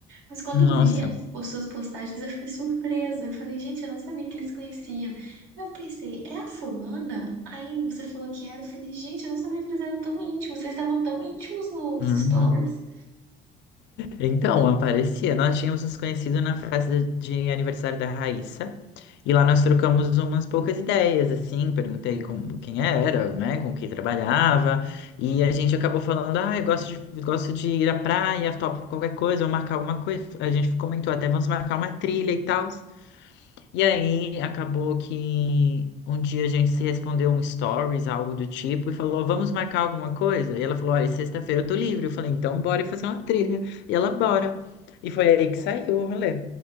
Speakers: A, on the right; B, on the left.
A: Mas quando
B: Nossa.
A: eu vi as suas postagens, eu fiquei surpresa. Eu falei, gente, eu não sabia que eles se conheciam. Eu pensei, é a fulana? Aí você falou que era. Eu falei, gente, eu não sabia que eles eram tão íntimos. Vocês estavam tão íntimos nos
B: Uhum.
A: stories.
B: Então, aparecia. Nós tínhamos nos conhecido na festa de aniversário da Raíssa. E lá nós trocamos umas poucas ideias, assim, perguntei como, quem era, né, com quem trabalhava, e a gente acabou falando, ah, eu gosto de, gosto de ir à praia, topo qualquer coisa, vou marcar alguma coisa. A gente comentou até, vamos marcar uma trilha e tal. E aí acabou que um dia a gente se respondeu um stories, algo do tipo, e falou, vamos marcar alguma coisa? E ela falou, olha, sexta-feira eu tô livre. Eu falei, então bora fazer uma trilha. E ela, bora. E foi aí que saiu o rolê.